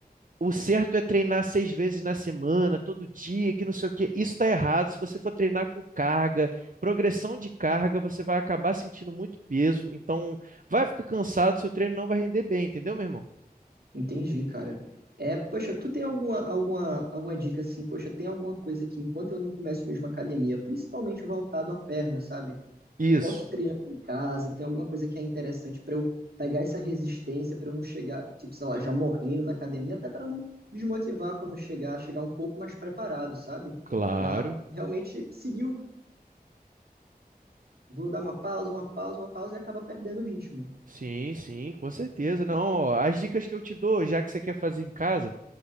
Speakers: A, on the right; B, on the right.
A: o certo é treinar seis vezes na semana, todo dia, que não sei o quê, isso está errado. Se você for treinar com carga, progressão de carga, você vai acabar sentindo muito peso. Então, vai ficar cansado, seu treino não vai render bem, entendeu, meu irmão?
B: entendi, cara. É, poxa, tu tem alguma, alguma, alguma dica assim? Poxa, tem alguma coisa que enquanto eu não começo mesmo a academia, principalmente voltado à perna, sabe?
A: Isso.
B: Eu posso ir treinando em casa, tem alguma coisa que é interessante pra eu pegar essa resistência, pra eu não chegar, tipo, sei lá, já morrendo na academia, até pra não desmotivar quando chegar, chegar um pouco mais preparado, sabe?
A: Claro,
B: Pra realmente seguir, o- vou dar uma pausa, uma pausa, uma pausa e acaba perdendo o ritmo.
A: sim, sim, com certeza. Não, ó, as dicas que eu te dou, já que você quer fazer em casa.